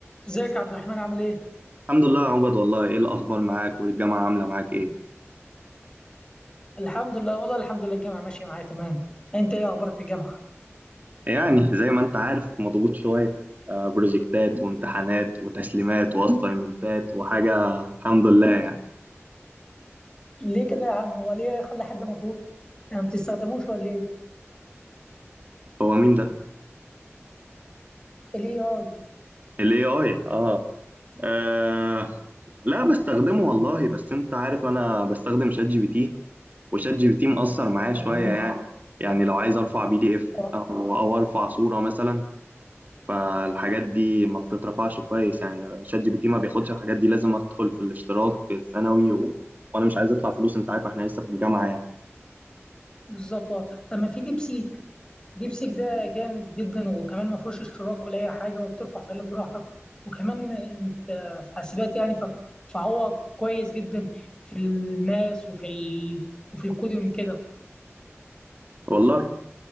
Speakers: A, on the left (about 20°); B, on the right (about 40°).
A: ازيك يا عبد الرحمن عامل ايه؟
B: الحمد لله يا عبد والله ايه الاخبار معاك والجامعه عامله معاك ايه
A: الحمد لله والله الحمد لله الجامعة ماشية معايا تمام انت ايه اخبارك في الجامعة؟
B: يعني زي ما انت عارف مضغوط شويه آه، بروجكتات وامتحانات وتسليمات واساينمنتات وحاجه الحمد لله يعني
A: ليه كده يا عم هو ليه يخلي حد مضغوط؟ انت ما بتستخدموش ولا ايه؟
B: هو مين ده
A: الاي اي
B: الاي اي اه آه، لا بستخدمه والله بس انت عارف انا بستخدم شات جي بي تي وشات جي بي تي مأثر معايا
A: تمام
B: شويه يعني يعني لو عايز ارفع بي دي اف
A: اه
B: او او ارفع صوره مثلا فالحاجات دي ما بتترفعش كويس يعني شات جي بي تي ما بياخدش الحاجات دي لازم ادخل في الاشتراك السنوي و... وانا مش عايز ادفع فلوس انت عارف احنا لسه في الجامعه يعني
A: بالظبط اه طب ما في ديب سيك ديب سيك ده جامد جدا وكمان ما فيهوش اشتراك ولا اي حاجة وبترفع فايلات براحتك وكمان انت في حاسبات يعني ف... فهو كويس جدا في الماس وفي ال... وفي الكودينج كده
B: والله